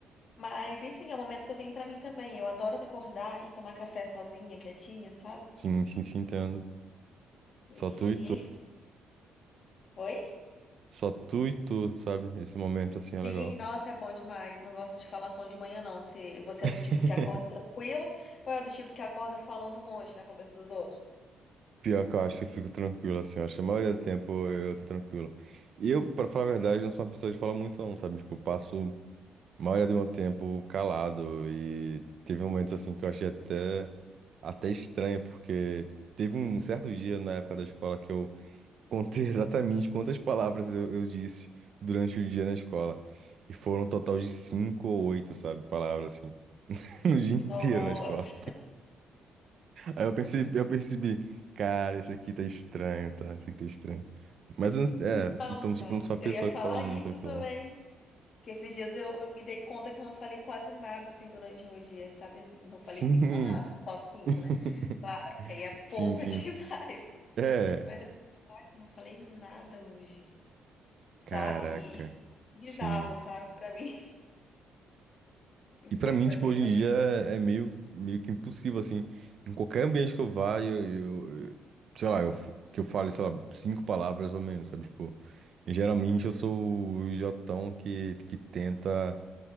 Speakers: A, on the left; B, on the right.
A: Mas, enfim, é o momento que eu tenho pra mim também. Eu adoro acordar e tomar café sozinha, quietinha, sabe?
B: Sim, sim, sim, entendo.
A: E,
B: Só tu e tu.
A: enfim, foi?
B: Só tu e tu, sabe? Esse momento,
A: Sim,
B: assim, é legal.
A: nossa, é bom demais. Não gosto de falação de manhã, não. Você, você
B: <laughs>
A: é do tipo que acorda tranquilo ou é do tipo que acorda falando um monte na cabeça dos outros?
B: Pior que eu acho que eu fico tranquilo, assim, eu acho que a maioria do tempo eu, eu tô tranquilo. E eu, pra falar a verdade, não sou uma pessoa de falar muito, não, sabe? Tipo, eu passo a maioria do meu tempo calado e teve momentos, assim, que eu achei até, até estranho, porque teve um certo dia na época da escola que eu contei <laughs> exatamente quantas palavras eu, eu disse durante o dia na escola. E foram um total de cinco ou oito, sabe, palavras, assim, <laughs> no dia
A: Nossa.
B: inteiro na escola. Aí eu percebi, eu percebi, cara, isso aqui tá estranho, tá? Isso aqui tá estranho. Mas eu não- é,
A: Então,
B: então,
A: cara,
B: tipo, não sou a pessoa
A: eu ia falar
B: que fala muito
A: isso
B: no final.
A: também. Que esses dias eu me dei conta que eu não falei quase nada assim durante o meu dia, sabe assim? Não falei
B: Sim!
A: cinco palavras, só cinco,
B: <laughs>
A: né? Claro, que aí é
B: Sim,
A: pouco
B: sim.
A: <laughs> demais. né?
B: É,
A: Mas eu falei, caraca, eu não falei nada hoje, sabe?
B: caraca.
A: E, e foi bizarro,
B: Sim.
A: sabe? Pra mim, <laughs>
B: E pra
A: foi,
B: mim,
A: foi
B: tipo,
A: meio
B: hoje
A: doido.
B: em dia é meio, meio que impossível, assim. Em qualquer ambiente que eu vá, eu, eu- eu- sei lá, eu, f- que eu fale, sei lá, cinco palavras ou menos, sabe? Tipo, geralmente eu sou o jotão que, que tenta.